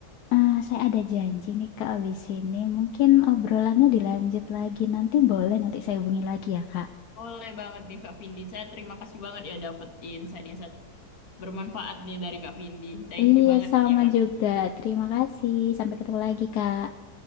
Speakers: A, on the left; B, on the left.
A: eh, saya ada janji nih Kak abis ini. Mungkin obrolannya dilanjut lagi nanti boleh nanti saya hubungi lagi ya Kak.
B: Boleh banget nih Kak Vindi. Saya terima kasih banget ya dapat insight-insight Bermanfaat nih dari Kak Vindi. Thank
A: Iya,
B: you banget
A: sama
B: ya Kak
A: juga.
B: Vindi.
A: Terima kasih. Sampai ketemu lagi Kak.